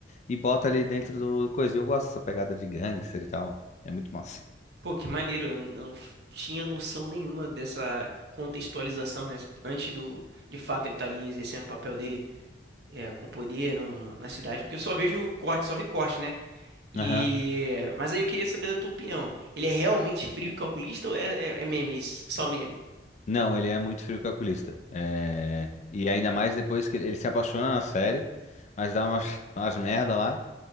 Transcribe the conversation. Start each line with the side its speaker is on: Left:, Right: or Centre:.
Left: e bota ali dentro do coisa. E eu gosto dessa pegada de gangster e tal. É muito massa.
Right: Pô, que maneiro, eu, eu não tinha noção nenhuma dessa contextualização, né? Antes do, de fato, ele tá ali exercendo o papel dele é, com poder no- no- na cidade, porque eu só vejo corte, só vi corte, né? E...
Left: Aham.
Right: Mas aí eu queria saber da tua opinião. Ele é realmente frio e calculista ou é, é- é memes, só meme?
Left: Não, ele é muito frio calculista. É... E ainda mais depois que ele, ele se apaixona na série, mas dá umas, <laughs> umas merda lá.